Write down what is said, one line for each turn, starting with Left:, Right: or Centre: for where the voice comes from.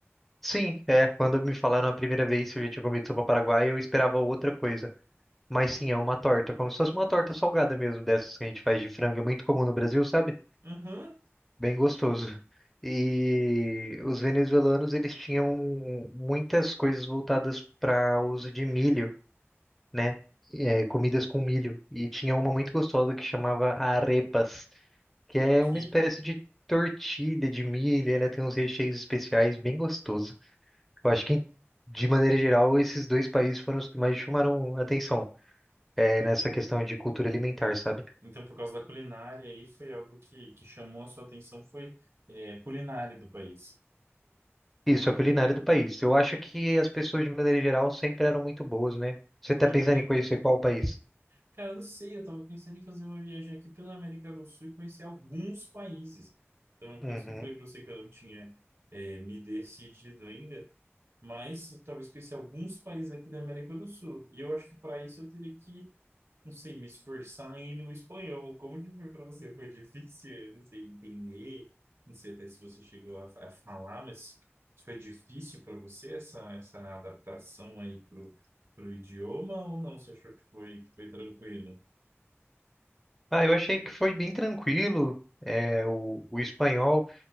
Centre: Sim, é. Quando me falaram a primeira vez se a gente tinha comido sopa paraguaia, eu esperava outra coisa. Mas sim, é uma torta, como se fosse uma torta salgada mesmo, dessas que a gente faz de frango. É muito comum no Brasil, sabe?
Right: Uhum.
Centre: Bem gostoso. E os venezuelanos, eles tinham muitas coisas voltadas para uso de milho né? é, comidas com milho. E tinha uma muito gostosa que chamava arepas, que
Right: Ok.
Centre: é uma espécie de tortilha de milho. e Ela tem uns recheios especiais bem gostoso. Eu acho que, de maneira geral, esses dois países foram os que mais chamaram atenção. é,
Right: Hum.
Centre: nessa questão de cultura alimentar, sabe?
Right: Então, por causa da culinária aí, foi algo que, que chamou a sua atenção, foi, é, a culinária do país.
Centre: Isso, a culinária do país. Eu acho que as pessoas, de maneira geral, sempre eram muito boas, né? Você tá
Right: Uhum.
Centre: pensando em conhecer qual país?
Right: Cara, eu não sei, eu tava pensando em fazer uma viagem aqui pela América do Sul e conhecer alguns países. Então, é por
Centre: Uhum.
Right: isso que eu falei pra você que eu não tinha eh, me decidido ainda, mas talvez conhecer alguns países aqui da América do Sul. E eu acho que para isso eu teria que, não sei, me esforçar em ir no espanhol. Como que foi para você? Foi difícil, eu não sei, entender, não sei até se você chegou a, a falar, mas foi difícil para você essa, essa adaptação aí pro, pro idioma ou não? Você achou que foi, que foi tranquilo?
Centre: Ah, eu achei que foi bem tranquilo. É, o, o espanhol.